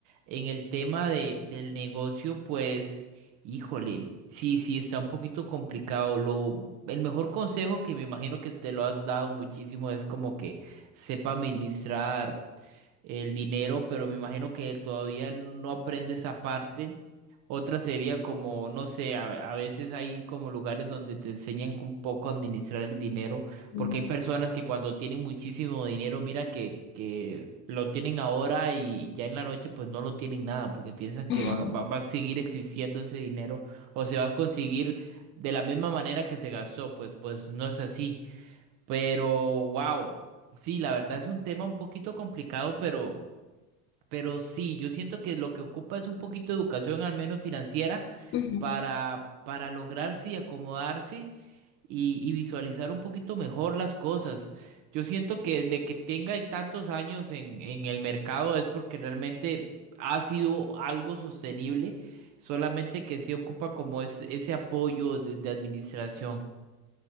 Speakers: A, on the right; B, on the left.
A: en el tema de, del negocio, pues, híjole, sí, sí, está un poquito complicado. Lo, el mejor consejo que me imagino que te lo has dado muchísimo es como que sepa administrar el dinero, pero me imagino que él todavía no aprende esa parte. Otra sería como, no sé, a, a veces hay como lugares donde te enseñan un poco a administrar el dinero, porque
B: Mm.
A: hay personas que cuando tienen muchísimo dinero, mira que, que lo tienen ahora y ya en la noche pues no lo tienen nada, porque piensan
B: Ujú,
A: que van, va, va a seguir existiendo ese dinero o se va a conseguir de la misma manera que se gastó, pues, pues no es así. Pero, wow, sí, la verdad es un tema un poquito complicado, pero... Pero sí, yo siento que lo que ocupa es un poquito de educación, al menos financiera,
B: ujú.
A: para, para lograr, sí, acomodarse y, y visualizar un poquito mejor las cosas. Yo siento que desde que tenga tantos años en, en el mercado es porque realmente ha sido algo sostenible, solamente que sí ocupa como es, ese apoyo de de administración.